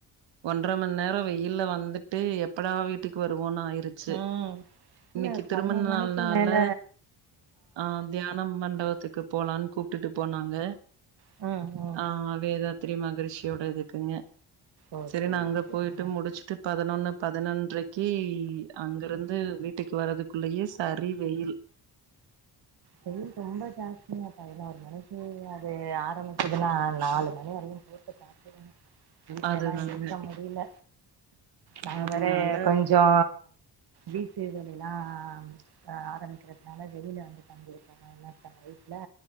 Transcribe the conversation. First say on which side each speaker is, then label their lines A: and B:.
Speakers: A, on the right; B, on the right.
A: ஒன்றரம நேரம் வெயில் வந்துட்டு எப்படா வீட்டுக்கு வருவோன் ஆயிரு ச்சி.
B: ம்
A: இன்னைக்கி
B: இல்ல பதினோரு
A: திருமண
B: மணிக்கு
A: நாள்னால
B: மேல
A: ஆ தியானம் மண்டபத்துக்கு போலான் கூப்ட்டு போனாங்க
B: ஆ
A: ஆ வேதாத்திரி மகிரிஷியோட இருதுக்குங்க
B: ஓ
A: சரி
B: சேரி
A: நா அங்க
B: சேரிங்க
A: போயிட்டு முடிச்ட்டு பதினொன்னு பதினொன்றைக்கி அங்கருந்து வீட்டுக்கு வர்துக்குள்ளயே சரி வெயில்
B: வெயில் ரொம்ப ஜாஸ்தி பதினோர் மணிக்கிலா அது ஆரம்பிச்சதுன்னா நாலு மணி வரையும் போட்டு தாக் வீட்டுலதான்
A: அதுதாங்க
B: இருக்க முடியல நாங்க
A: அதனால
B: வேற கொஞ்சோ வீட்ல வேல எல்லாம் ஆ ஆரம்பிக்கிறதுனால வெயில தங்கியிருக்கோம் வெயில தங்கியிருக்கோம்ல